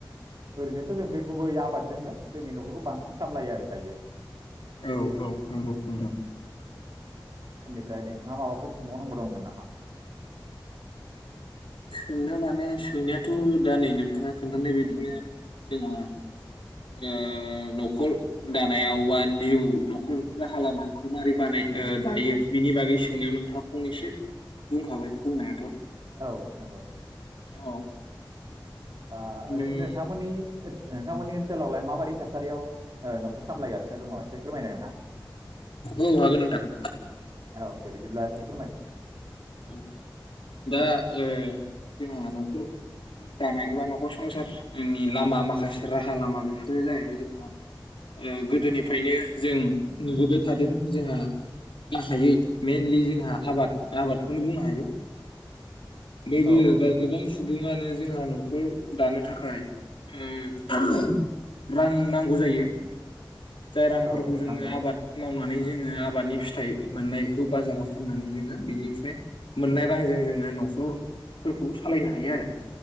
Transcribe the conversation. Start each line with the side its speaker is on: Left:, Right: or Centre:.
Right: ओरैनोथ जों बे गुबै आबादजोंनो जोंनि नखरखौ बांसिन सामलायो आरो दायो
Left: औ औ नंगौ नोंथां
Right: इनिफ्राय नोंथाङा माबाफोर सोंबावनांगौ दंमोन नामा
Left: सोंनो माने सोंनायाथ दा नै नोंथाङा खोन्थानाय बदिनो जोंहा ओ नखर दानायाव बा निउ नखर राहा लामाखौ मारै बानाय ओ दायो बिनि बागै सोंनायाव नोंथाङा फंनैसो बुंखाबाय बुंनायाथ
Right: औ नंगौ
Left: औ
Right: आ
Left: उम
Right: ओरैनो नोंथांमोननि ओस नोंथांमोननि ओनसोलावलाय माबायदि थासारियाव ओ नखर सामलायगासिनो दङ एसे फोरमायनो हागोनना
Left: औ हागोन नोंथां
Right: औ दे बिदिब्ला एसे फोरमायदो
Left: <unintelligible> दा ओ जोंहा नखर दानाय एबा नखर संसारनि लामा माखासे राहा लामा बेफोरो जाहैबाय जोंहा ओ गोदोनिफ्रायनो जों नुबोबाय थादों जोंहा गाहायै मेइनलि जों हा आबाद आबादखौनो बुंनो हायो <unintelligible>
Right: औ औ
Left: गोबां सु बुङानो जोंहा नखर दानो थाखाय उम रां नांगौ जायो जाय रांफोरखौ
Right: औ
Left: जोङो
Right: नंगौ
Left: आबाद मावनानै जोङो आबादनि फिथाइ मोननायखौ बाजाराव फाननानै जोङो बेनिफ्राय मोननाय रांजों जोङो नखरफोरखौ सालायनो हायो आरो